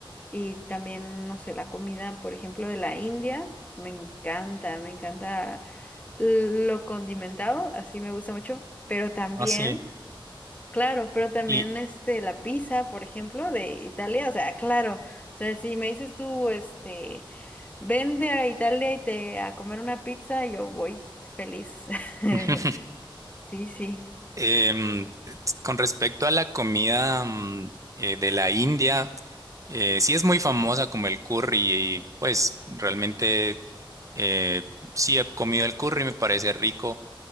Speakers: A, on the left; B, on the right.
A: Y también, no sé, la comida, por ejemplo, de la India, me encanta, me encanta lo condimentado, así me gusta mucho, pero también...
B: así.
A: Claro, pero también
B: Y
A: este la pizza, por ejemplo, de Italia, o sea, claro, o sea, si me dices tú, este, vende a Italia y te a comer una pizza, yo voy feliz. <laughs>
B: <laughs>
A: Sí, sí.
B: Em, con respecto a la comida mm, eh, de la India, eh, sí es muy famosa como el curry y pues realmente eh, sí he comido el curry, me parece rico.